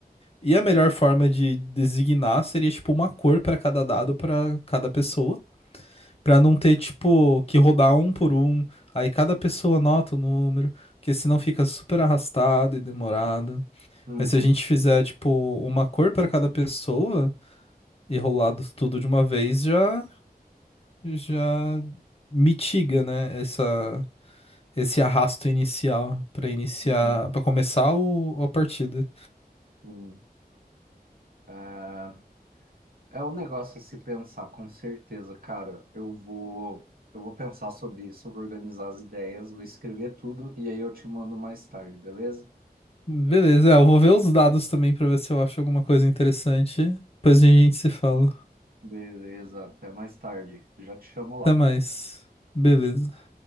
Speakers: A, on the left; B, on the right.
A: E a melhor forma de designar seria tipo uma cor pra cada dado pra cada pessoa, Pra não ter tipo que rodar um por um, aí cada pessoa anota o número, porque senão fica super arrastado e demorado.
B: Uhum.
A: Mas se a gente fizer tipo uma cor pra cada pessoa e rolar do- tudo de uma vez, já já mitiga, né, essa esse arrasto inicial pra iniciar,
B: Uhum.
A: pra começar o, a partida.
B: Uhum. É, é um negócio a se pensar, com certeza, cara. Eu vou, eu vou pensar sobre isso, vou organizar as ideias, vou escrever tudo e aí eu te mando mais tarde, beleza?
A: Beleza, é, eu vou ver os dados também pra ver se eu acho alguma coisa interessante. Depois a gente se fala.
B: Beleza, até mais tarde. Já te chamo lá.
A: Até mais. Beleza.